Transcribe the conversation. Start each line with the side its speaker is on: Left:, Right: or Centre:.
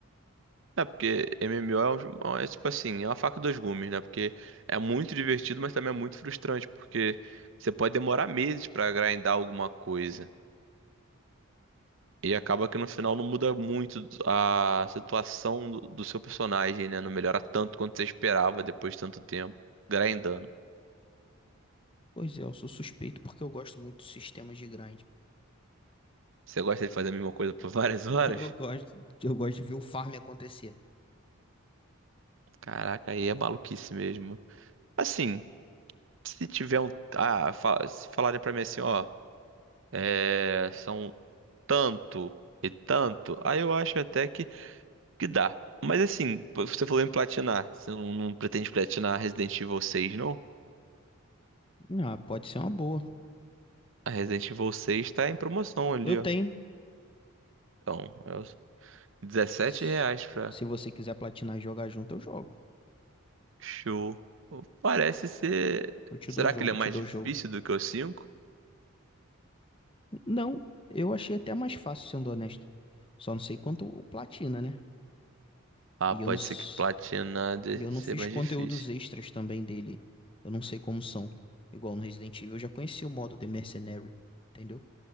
Right: É, porque MMO é, um- é é tipo assim, é uma faca dos gumes, né? Porque é muito divertido, mas também é muito frustrante, porque você pode demorar meses pra grindar alguma coisa. E acaba que no final não muda muito a situação do, do seu personagem, né? Não melhora tanto quanto você esperava depois de tanto tempo grindando.
Left: Pois é, eu sou suspeito porque eu gosto muito de sistemas de grind.
Right: Você gosta de fazer a mesma coisa por <laughs> várias horas?
Left: <laughs> Eu gosto, eu gosto de ver o farm acontecer.
Right: Caraca, aí é maluquice mesmo. Assim, se tiver um. Ah, fa- se falarem pra mim assim, ó. É, são tanto e tanto, aí eu acho até que, que dá. Mas assim, pô, você falou em platinar, você não, não pretende platinar Resident Evil 6, não?
Left: Ah, pode ser uma boa.
Right: A Resident Evil 6 tá em promoção ali,
Left: Eu tenho.
Right: ó. Então, é os 17
Left: Se
Right: reais pra
Left: se você quiser platinar e jogar junto, eu jogo.
Right: show. Parece ser.
Left: Eu te
Right: Será
Left: dou o jogo,
Right: que ele é mais
Left: eu te dou
Right: difícil
Left: o jogo.
Right: do que o cinco
Left: Não, eu achei até mais fácil, sendo honesto. Só não sei quanto o platina, né?
Right: Ah,
Left: E
Right: pode
Left: eu não. s-
Right: ser que platinar de-
Left: E eu não
Right: ser
Left: fiz
Right: mais
Left: conteúdos
Right: difícil.
Left: extras também dele. Eu não sei como são. Igual no Resident Evil, eu já conhecia o modo The Mercenary, entendeu?